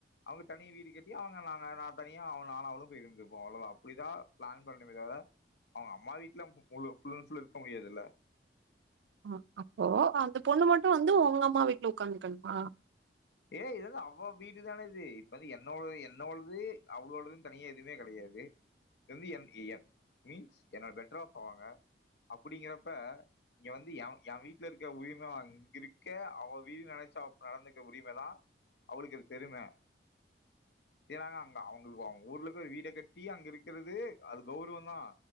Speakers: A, on the left; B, on the right.
A: அவங்க தனிய வீடு கட்டி அவங்க நாங்க நான் தனியா அவ நாலும் அவளும் போய் இருந்தப்போம் அவ்வளவுோ அப்படிதான் பிளான் பண்ணணம தவீர அவங்க அம்மா வீட்ல ஃபுல் அண்ட் ஃபுல் இருக்க முடியாதுல்ல
B: ஆ அப்போ அந்த பொண்ணு மட்டும் வந்து உங்க அம்மா வீட்ல உட்காந்துக்கணுமா
A: ஏ இது வந்து அவ வீடுதானே இது இப்ப வந்து என்னோ என்னோது அவ்வளோதுன்னு தனியா எதுவுமே கடையாது து என் ஏ என் மீன்ஸ் என்னோட பெட்டர்ப் அவங்க அப்படிங்கறப்ப இங்க வந்து என் என் வீட்ல இருக்க உரிமை அங்க இருக்க அவ வீடு நினைச் சாப் நடந்துக்க உரிமை தான் அவளுக்கு பெருமை ஏன்னாங்க அங்க அவங்க அவங்க ஊர்ல போய் ஒரு வீட கட்டி அங்க இருக்கிறது அது கௌரவம் தா